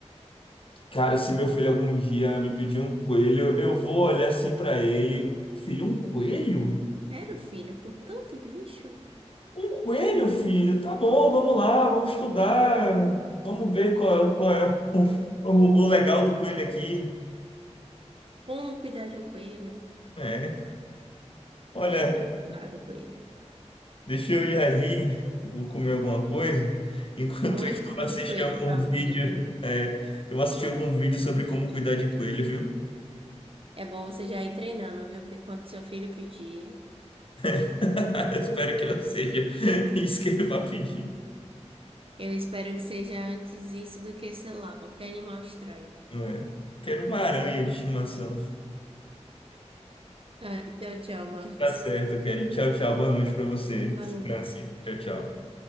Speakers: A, on the left; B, on the right.
A: Cara, se meu filho algum dia me pedir um coelho, eu vou olhar assim pra ele. Filho, um coelho?
B: Era o filho, com tanto bicho.
A: Um coelho, filho? Tá bom, vamos lá, vamos estudar. Vamos ver qual é, qual é o, <laughs> o, o legal do coelho aqui.
B: Como cuidar de um coelho?
A: É. Olha.
B: É complicado, coelho.
A: Deixa eu ir ali, vou comer alguma coisa. <laughs> Enquanto
B: Bom
A: isso,
B: estudo
A: eu vou assistir
B: de coelho
A: algum
B: para
A: vídeo.
B: você.
A: é, eu vou assistir algum vídeo sobre como cuidar de coelho, viu?
B: É bom você já ir treinando, viu? Porque quando seu filho pedir,
A: <laughs> Eu Espero que não seja <laughs> isso que ele vai pedir.
B: eu espero que seja antes isso do que, sei lá, qualquer animal estranho.
A: Não é? Quero uma aranha de estimação.
B: Tchau, tchau, Marcos.
A: Tá certo, Kelly. Tchau, tchau. Boa noite pra você.
B: Boa
A: Descanse.
B: noite.
A: Tchau, tchau.